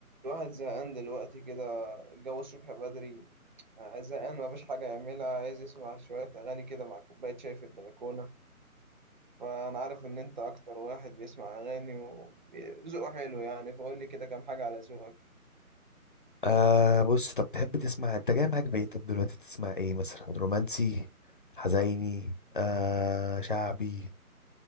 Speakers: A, on the right; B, on the left.
A: الواحد زهقان دلوقتي كده الجو الصبح بدري آه، زهقان مفيش حاجة يعملها عايز يسمع شوية أغاني كده مع كوباية شاي في البلكونة فأنا عارف إن أنت أكتر واحد بيسمع أغاني وذوقه حلو يعني فقول لي كده كام حاجة على ذوقك
B: آه بص طب تحب تسمع انت جاي معاك بايه طب دلوقتي تسمع ايه مثلا رومانسي حزيني آه شعبي